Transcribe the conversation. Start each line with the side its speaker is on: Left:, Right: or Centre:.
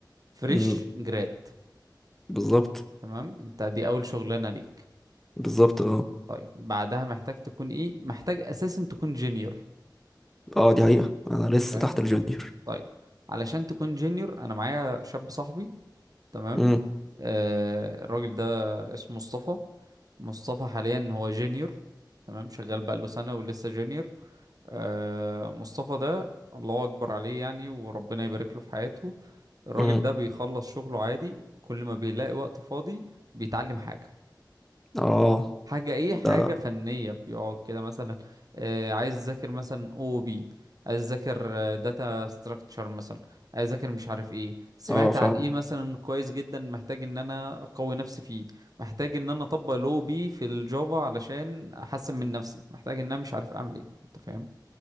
Right: فريش
Centre: امم
Right: جراد
Centre: بالظبط
Right: تمام انت دي اول شغلانة ليك
Centre: بالظبط اه
Right: طيب بعدها محتاج تكون ايه محتاج اساسا تكون جينيور
Centre: اه دي حقيقه انا لسه
Right: فاهم
Centre: تحت الجونيور
Right: طيب علشان تكون جينيور انا معايا شاب صاحبي تمام
Centre: امم
Right: آه الراجل ده اسمه مصطفى مصطفى حاليا هو جينيور تمام شغال بقاله سنة ولسه جينيور آه مصطفى ده الله اكبر عليه يعني وربنا يبارك له في حياته الراجل
Centre: امم
Right: ده بيخلص شغله عادي كل ما بيلاقي وقت فاضي بيتعلم حاجة
Centre: اه
Right: حاجة ايه حاجة
Centre: ده
Right: فنية بيقعد كده مثلا آه عايز اذاكر مثلا او بي عايز اذاكر داتا ستراكشر مثلا عايز اذاكر مش عارف ايه سمعت
Centre: اه فاهم
Right: عن ايه مثلا كويس جدا محتاج ان انا اقوي نفسي فيه محتاج ان انا اطبق الاو بي في الجافا علشان احسن من نفسي محتاج ان انا مش عارف اعمل ايه انت فاهم